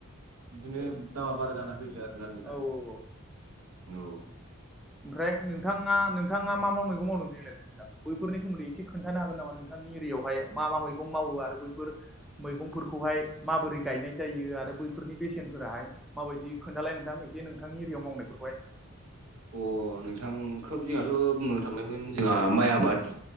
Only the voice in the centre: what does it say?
औ औ
ओमफ्राय नोंथाङा नोंथाङा मा मा मैगं मावदों देग्लायलाय नोंथा बैफोरनि सोमोन्दै इसे खोन्थ खोन्थानो हागोन नामा नोंथांनि एरियायावहाय मा मा मैगं मावो आरो बैफोर मैगंफोरखौहाय माबोरै गायनाय जायो आरो बैफोरनि बेसेनफोराहाय माबायदि खोन्थालाय नोंथां एसे नोंथांनि एरियावआव मावनाय फोरफोरखौ हाय